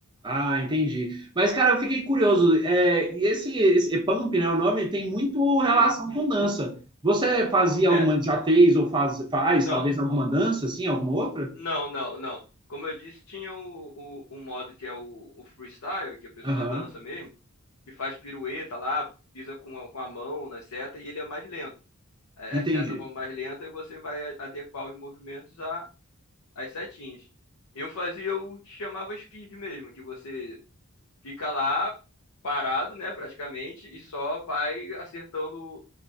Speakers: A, on the right; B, on the left.
A: Ah, entendi. Mas, cara, eu fiquei curioso. É, e esse, esse pump, né? O nome tem muito relação
B: Isso.
A: com dança. Você fazia
B: É.
A: alguma, já fez ou faz, faz,
B: Não,
A: talvez alguma dança, assim, alguma outra?
B: não, não, não. Como eu disse, tinha o, o, o modo que é o, o freestyle, que a pessoa
A: Aham,
B: dança mesmo. que faz pirueta lá, pisa com a, com a mão na seta e ele é mais lento. A-
A: entendi.
B: As setas vão mais lentas e você vai a- adequar os movimentos a- às setinhas. Eu fazia o que chamava speed mesmo, que você fica lá parado, né, praticamente, e só vai acertando